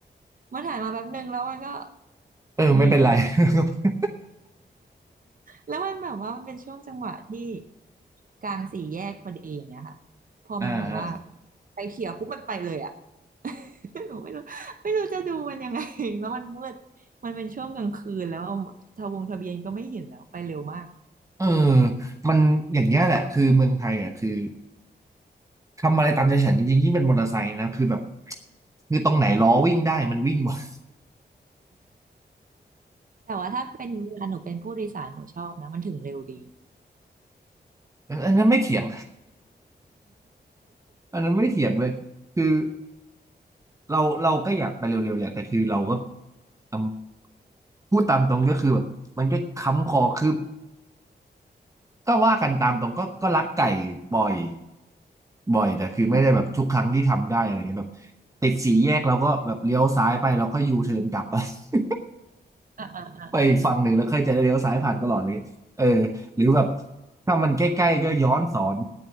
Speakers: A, on the right; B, on the right.
A: มันหายมาแป๊บนึงแล้วมันก็
B: เออไม่เป็นไร
A: หนีไปเลย
B: <laughs>
A: แล้วมันแบบว่ามันเป็นช่วงจังหวะที่กลางสี่แยกพอดีอย่างเงี้ยค่ะพอมันแบบว่า
B: อ่าฮะ
A: ไฟเขียวปุ๊บมันไปเลยอ่ะ <laughs> หนูไม่รู้ไม่รู้จะดูมันยังไง <laughs> แล้วมันมืดมันเป็นช่วงกลางคืนแล้วทะวงทะเบียนก็ไม่เห็นแล้วไปเร็วมาก
B: เออมันอย่างเงี้ยแหละคือเมืองไทยอ่ะคือทำอะไรตามใจฉันจริงๆยิ่งเป็นมอเตอร์ไซค์นะคือแบบคือตรงไหนล้อวิ่งได้มันวิ่งหมด
A: แต่ว่าถ้าเป็นเวลาหนูเป็นผู้โดยสารหนูชอบนะมันถึงเร็วดี
B: <laughs> เอออันนั้นไม่เถียงอันนั้นไม่เถียงเลยคือเราเราก็อยากไปเร็วๆแหละแต่คือเราก็ทำพูดตามตรงก็คือแบบมันก็ค้ำคอคือก็ว่ากันตามตรงก็ก็รักไก่บ่อยบ่อยแต่คือไม่ได้แบบทุกครั้งที่ทำได้อะไรเงี้ยแบบ
A: อ่า
B: ติดสี่แยกเราก็แบบเลี้ยวซ้ายไปเราก็ยูเทิร์นกลับ <laughs>
A: อ่าอ่าอ่าอ่าหนู
B: ไปอีกฝั่งหนึ่งแล้วค่อยจะเลี้ยวซ้ายผ่านตลอดเลยเออหรือแบบถ้ามันใกล้ๆก็ย้อนสอน